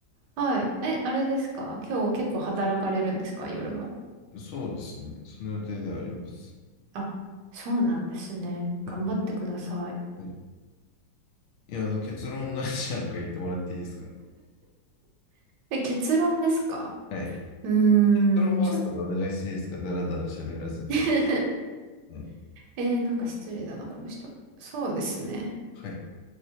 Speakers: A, on the right; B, on the left.
A: はい。え、あれですか今日結構働かれるんですか夜も。
B: そうですね。その予定ではあります。
A: あ、そうなんですね。
B: はい。
A: 頑張ってください。
B: はい。いや、あの、結論何時なのか言ってもらっていいですか
A: え、結論ですか
B: はい。
A: うーん、
B: 結論ファーストでお願いしていいですかだらだら喋らずに。
A: ちょっと <laughs>
B: はい。
A: えー、なんか失礼だな、この人。そうですね。
B: はい。